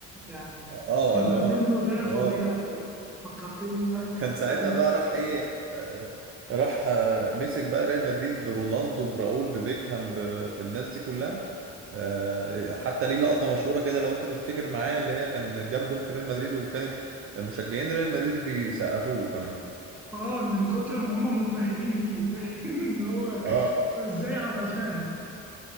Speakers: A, in the centre; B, on the right (about 45°).
A: يعني
B: اه
A: رونالدينو
B: اللي هو
A: ده
B: اللي
A: فظيع
B: هو
A: كان فكرتني في حد
B: كان ساعتها
A: غريب
B: بقى راح ايه آه، راح آه، مسك بقى ريال مدريد برونالدو براؤول ببيكهام ب- ب- بالناس دي كلها آه، حتى ليه لقطة مشهورة كده لو انت تفتكر معايا اللي هي كان جاب جون في ريال مدريد وكانت مشجعين ريال مدريد بيسقفوا له كمان
A: اه من كتر ما هم منبهرين بيه <laughs> ان هو أنت
B: اه
A: ازاي عملتها